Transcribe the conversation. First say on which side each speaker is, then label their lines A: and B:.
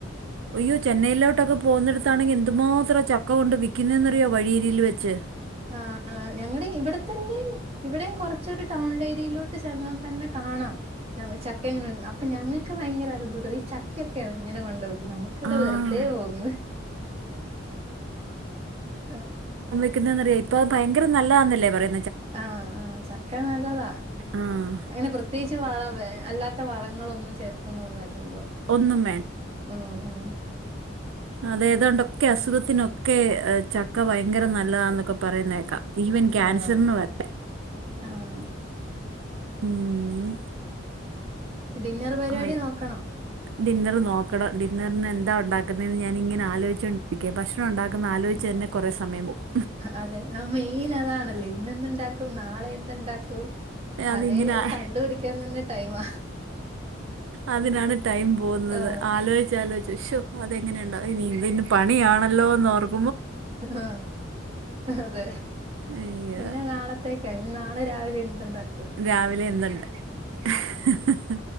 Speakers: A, on the right; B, on the right.
A: അയ്യോ ചെന്നൈയിലോട്ട്ക്കെ പോകുന്നിടത്ത് അത്താണെങ്കിൽ എന്ത്ന്മാത്രം ചക്ക കൊണ്ട് വിൽക്കുന്നതെന്നറിയോ വഴിയിൽ വെച്ച്
B: ആ ഞങ്ങ ഇവിടെത്തന്നെയും ഇവിടെയും കുറച്ചരു ടൗൺ ഏരിയലോട്ട് ചേന്നാ തന്നെ കാ കാണാം ചക്ക എങ്ങനെ അപ്പൊ ഞങ്ങൾക്ക് ഭയങ്കര അത്ഭുതമാണ് ഈ ചക്കൊക്കെയാണ് ഇങ്ങനെ കൊണ്ടത് നമുക്കിവിടെ
A: ആഹ്
B: വെറുതെ പോകുന്നു ആ
A: ിയ ഇപ്പ അത് ഭയങ്കര നല്ലതാന്നല്ലേ പറയ
B: ആഹ ആ ചക്ക നല്ലതാ
A: ആഹ്
B: അങ്ങനെ പ്രത്യേകിച്ച് വള വേ അല്ലാത്ത അല്ലാത്ത വളങ്ങളൊന്നും ചേർക്കുന്നൊന്നല്ലല്ലോ
A: ഒന്നും
B: ഉം.. ഉം..
A: അതേതാണ്ടൊക്കെ അസുഖത്തിനൊക്കെ ചക്ക ഭയങ്കര നല്ലതാന്നൊക്കെ പറയുന്നേക്കാം. ഈവൻ ക്യാൻസറിന്
B: ആഹ്...
A: വരെ
B: ആഹ്...
A: ഉം.
B: ഡിന്നർ പരിപാടി
A: ആ
B: നോക്കണോ?
A: ഡിന്നർ നോക്കണം ഡിന്നറിന് എന്താ ഉണ്ടാക്കുന്നതെന്ന് ഞാനിങ്ങനെ ആലോചിച്ചൊണ്ടിരിക്കയാണ് ഭക്ഷണം ഉണ്ടാക്കുന്ന ആലോചിച്ച പിന്നെ കുറെ സമയ പോവും
B: അതെ ആ മെയിൻ അതാണല്ലോ ഇന്നെന്ത് ഇണ്ടാക്കും നാളെ എന്ത് ഇണ്ടാക്കും
A: അതിങ്ങനെ
B: അതെ
A: ആ-
B: കണ്ടുപിടിക്കാൻ തന്നെ ടൈമാ
A: അതിനാണ് ടൈം പോകുന്നത്
B: ആഹ്
A: ആലോചിച്ചാലോചിച്ച് ഉശോ അതെങ്ങനെ ഉണ്ടാവും ഇനി ഇ ഇെ പണിയാണ ല്ലോർക്ക
B: ആ അതെ
A: അയ്യോ
B: പിന്നെ നാളത്തേക്കയ് ഇനി നാളെ രാവിലെ ന്ത്‌ ഇണ്ടാക്ക
A: രാവിലെ എന്തണ്ട് ഹേ ഹ് ഹേ